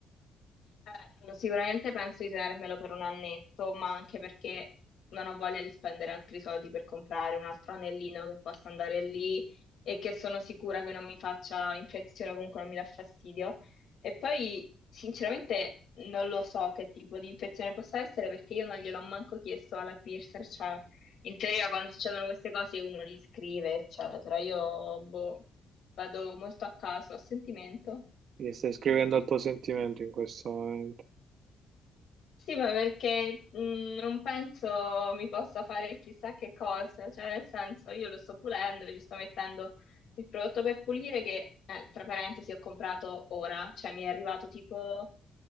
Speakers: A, on the left; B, on the right.
A: Eh, allora, sicuramente penso di tenermelo per un annetto, ma anche perché non ho voglia di spendere altri soldi per comprare un altro anellino che possa andare lì e che sono sicura che non mi faccia infezione o comunque non mi dà fastidio. E poi, sinceramente, non lo so che tipo di infezione possa essere perché io non gliel'ho manco chiesto alla piercer, cioè in teoria quando succedono queste cose uno li scrive, eccetera. Io, boh, vado molto a caso, a sentimento.
B: Ti stai scrivendo al tuo sentimento in questo momento.
A: Sì, ma perché mh, non penso mi possa fare chissà che cosa, cioè nel senso io lo sto pulendo, gli sto mettendo il prodotto per pulire che, eh, tra parentesi, ho comprato ora, cioè mi è arrivato tipo,